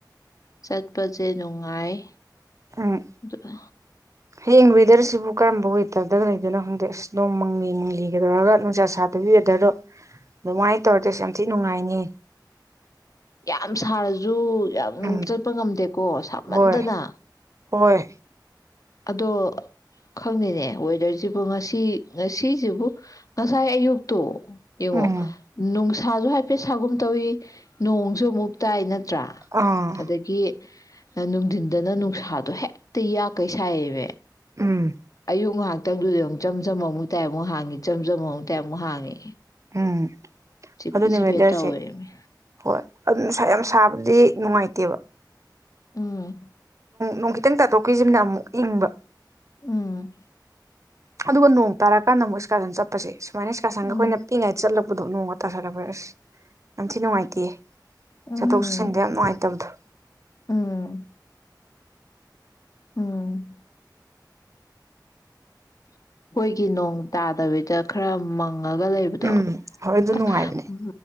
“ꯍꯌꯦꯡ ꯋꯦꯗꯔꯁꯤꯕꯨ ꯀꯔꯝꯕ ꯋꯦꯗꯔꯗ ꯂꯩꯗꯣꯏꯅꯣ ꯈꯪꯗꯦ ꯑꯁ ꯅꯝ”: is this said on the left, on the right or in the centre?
Right